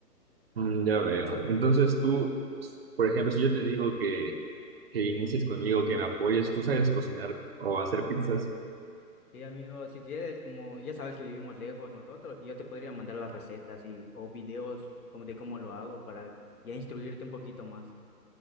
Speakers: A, on the right (about 40°); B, on the left (about 60°).
A: Mm, ya veo. Entonces tú, por ejemplo, si yo te digo que, que inicies conmigo, que me apoyes, ¿tú sabes cocinar o hacer pizzas?
B: Sí, amigo, si quieres, como ya sabes que vivimos lejos nosotros, yo te podría mandar las recetas y o videos como de cómo lo hago para ya instruirte un poquito más.